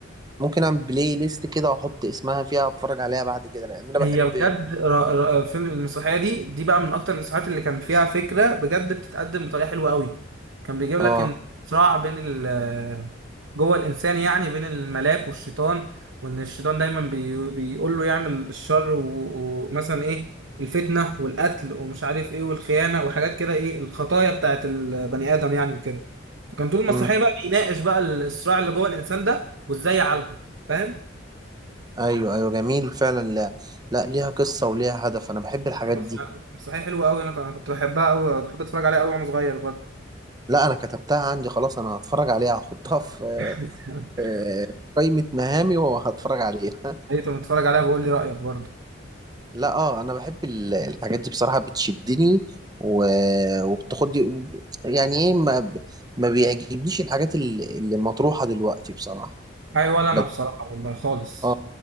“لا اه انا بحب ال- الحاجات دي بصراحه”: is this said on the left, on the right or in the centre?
Right